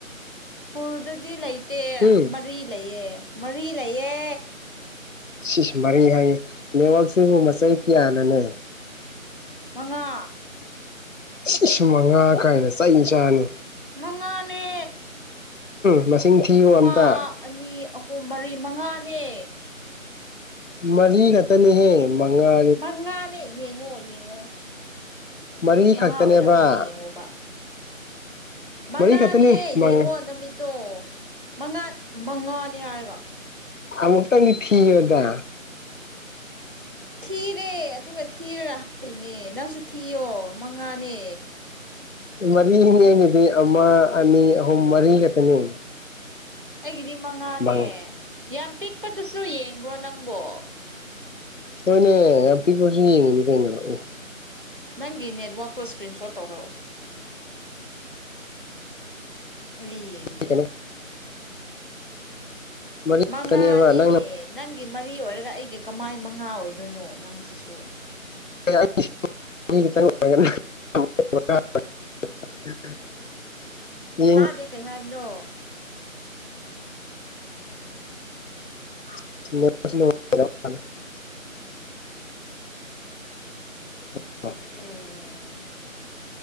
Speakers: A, on the right; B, on the left.
A: ꯐꯣꯜꯗꯗꯤ ꯂꯩ ꯇꯦ
B: ꯎꯝ
A: ꯃꯔꯤ ꯂꯩꯌꯦ ꯃꯔꯤ ꯂꯩꯌꯦ
B: ꯁꯤꯁ ꯃꯔꯩ ꯍꯥꯏꯌꯦ ꯅꯦꯠꯋꯛꯁꯤꯕꯨ ꯃꯆꯩ ꯀꯌꯥꯅꯣꯅꯦ?
A: ꯃꯉꯥ
B: ꯁꯤꯁ ꯃꯉꯥ ꯀꯥꯏꯅ ꯆꯩ ꯆꯥꯅꯤ
A: ꯃꯉꯥꯅꯦ
B: ꯃꯁꯤꯡ ꯊꯤꯌꯨ
A: ꯑꯃ
B: ꯑꯝꯇ
A: ꯑꯅꯤ ꯑꯍꯨꯝ ꯃꯔꯤ ꯃꯉꯥꯅꯦ
B: ꯃꯔꯤ ꯈꯛꯇꯅꯤꯍꯦ ꯃꯉꯥ
A: ꯃꯉꯥꯅꯦ ꯌꯦꯡꯉꯣ - ꯌꯦꯡꯉꯣ
B: ꯃꯔꯤꯈꯛꯇꯅꯦꯕ
A: ꯃꯉꯥ ꯑꯣꯏꯔꯝꯕꯅꯦ ꯌꯦꯡꯉꯣꯕ ꯃꯉꯥꯅꯦ
B: ꯃꯔꯤ ꯈꯛꯇꯅꯤ ꯃꯉꯥ
A: ꯌꯦꯡꯉꯣ ꯅꯨꯃꯤꯠꯇꯣ ꯃꯉꯥ ꯃꯉꯥꯅꯦ ꯍꯥꯏꯔꯒ
B: ꯑꯃꯨꯛꯇꯪꯗꯤ ꯊꯤꯌꯨꯗ
A: ꯊꯤꯔꯦ ꯑꯗꯨꯒ ꯊꯤꯔꯒ ꯍꯥꯏꯔꯤꯅꯦ ꯅꯪꯁꯨ ꯊꯤꯌꯣ ꯃꯉꯥꯅꯦ꯫
B: ꯃꯔꯤꯅꯤ ꯑꯩꯒꯤꯗꯤ ꯑꯃ ꯑꯅꯤ ꯑꯍꯨꯝ ꯃꯔꯤ ꯈꯛꯇꯅꯤ꯫
A: ꯑꯩꯒꯤꯗꯤ ꯃꯉꯥꯅꯦ
B: ꯐꯪꯉꯦ
A: ꯌꯥꯝ ꯄꯤꯛꯄꯗꯨꯁꯨ ꯌꯦꯡꯕꯔꯣ ꯅꯪꯕꯣ?
B: ꯍꯣꯏꯅꯦ ꯌꯥꯝ ꯄꯤꯛꯄꯁꯨ ꯌꯦꯡꯉꯤꯅꯦ ꯀꯩꯅꯣ ꯑꯦ!
A: ꯅꯪꯒꯤ ꯅꯦꯠꯋꯥꯛꯇꯣ ꯏꯁꯀ꯭ꯔꯤꯟ ꯁꯣꯠ ꯇꯧꯔꯛꯎ꯫ ꯑꯩ ꯌꯦꯡꯒꯦ
B: ꯀꯩꯅꯣ ꯃꯔꯤ ꯈꯛꯇꯅꯦꯕ
A: ꯃꯉꯥꯅꯦꯃꯦ
B: ꯅꯪꯅ
A: ꯅꯪꯒꯤ ꯃꯔꯤ ꯑꯣꯏꯔꯒ ꯑꯩꯒꯤ ꯀꯃꯥꯏ ꯃꯉꯥ ꯑꯣꯏꯗꯣꯏꯅꯣ ꯅꯪꯁꯤꯁꯨ꯫
B: <unintelligible> <unintelligible>
A: ꯗꯦ ꯀꯩ ꯍꯥꯏꯕꯅꯣ? <unintelligible>
B: <unintelligible> <unintelligible>
A: ꯑꯣ